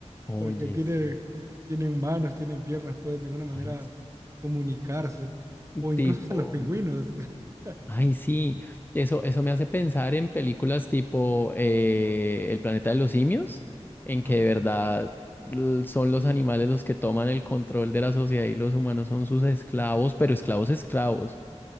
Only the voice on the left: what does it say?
Oye,
sí,
ay, es
tipo.
Ay, sí, eso, eso me hace pensar en películas tipo eh, El planeta de los simios, en que
de verdad l- son los animales los que toman el control de la sociedad y los humanos son sus esclavos, pero esclavos esclavos.